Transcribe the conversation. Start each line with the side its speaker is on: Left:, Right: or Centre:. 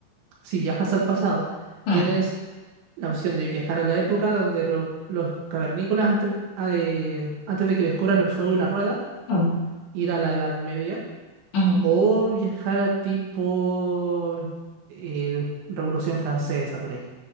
Right: Si viajas al pasado,
Left: Mm,
Right: tienes la opción de viajar a la época donde lo- los cavernícolas antes, eh, antes de que descubran el fuego y la rueda,
Left: mm,
Right: ir a la Edad Media,
Left: ujú,
Right: o viajar a tipo eh, Revolución Francesa por ahí.